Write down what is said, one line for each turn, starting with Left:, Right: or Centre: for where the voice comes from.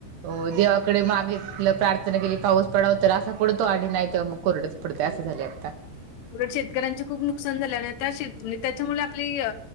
Right: अ देवाकडे मागितलं प्रार्थना केली पाऊस पडाव तर असा पडतो आणि नाही तर मग कोरडच पडतय असं झाले आता.
Left: उलट शेतकऱ्यांचे खूप नुकसान झाले आणि त्या श त्याच्यामुळे आपली अ